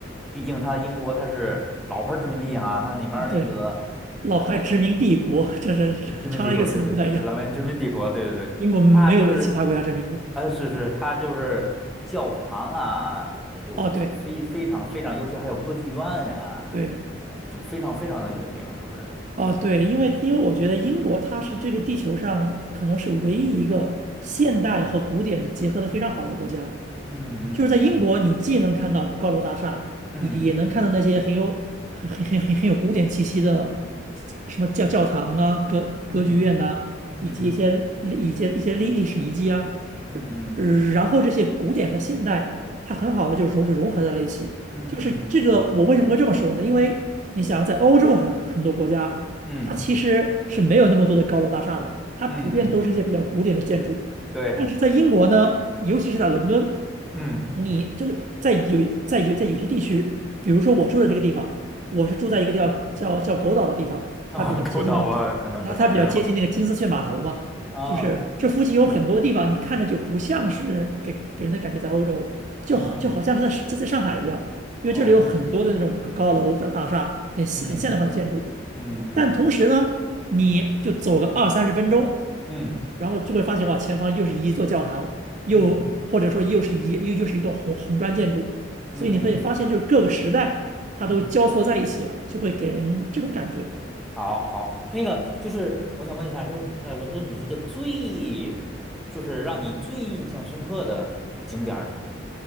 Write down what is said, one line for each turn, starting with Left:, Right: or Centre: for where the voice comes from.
Centre: 毕竟它英国它是老牌儿殖民地哈，它里面儿那个
Right: 对，老牌殖民帝国，
Centre: 呃那个那个
Right: 这这这差了一个词儿不太一样，
Centre: 呃殖民帝国，对对对，老牌殖民帝国，对对对，
Right: 英国没有被其他国家殖民过。
Centre: 它就是呃是是，它就是教堂啊，它有就非非常非常，
Right: 哦，对
Centre: 尤其还有歌剧院呀、
Right: 对，
Centre: 呃就非常非常的有名，是不是？
Right: 哦对，因为因为我觉得英国它是这个地球上可能是唯一一个现代和古典结合的非常好的国家。
Centre: 嗯嗯嗯嗯。
Right: 就是在英国，你既能看到高楼大厦，
Centre: 嗯
Right: 也也能看到那些很有很很很很很有古典气息的
Centre: 嗯
Right: 什么教教堂啊、歌歌剧院呐、
Centre: 嗯嗯
Right: 以及一些一些一些历历史遗迹啊。
Centre: 嗯嗯
Right: 呃然后这些古典和现代，它很好的就融就融合在了一起。
Centre: 嗯嗯
Right: 就是这个，我为什么会这么说呢？因为你想，在欧洲很很多国家，
Centre: 嗯嗯
Right: 它其实是没有那么多的高楼大厦的，它普遍都是一些比较古典的建筑。
Centre: 嗯嗯，对，
Right: 但是在英国呢，尤其是在伦敦。
Centre: 嗯
Right: 你就在有在有在有些地区，比如说我住的这个地方，我是住在一个叫叫叫狗岛的地方，
Centre: 啊，
Right: 它比较接近那个金，
Centre: 勾导我可能不太知道
Right: 它它比较接近那个金丝雀码头嘛，
Centre: 啊，
Right: 就是这附近有很多地方，你看着就不像是给给人的感觉在欧洲，就好就好像是在在在上海一样，
Centre: 嗯
Right: 因为这里有很多的那种高高楼大大厦，
Centre: 哦，
Right: 很现很现代化的建筑，
Centre: 嗯嗯嗯
Right: 但同时呢，你就走个二三十分钟。
Centre: 嗯
Right: 然后就会发现哇，前方又是一座教堂，又或者说又是一又又是一栋红红砖建筑，
Centre: 嗯嗯
Right: 所以你会发现就是各个时代它都交错在一起了，
Centre: 嗯，
Right: 就会给人这种感觉。
Centre: 好好，那个就是我想问一下，就是你在伦敦，你觉得最就是让你最印象深刻的景点儿是哪儿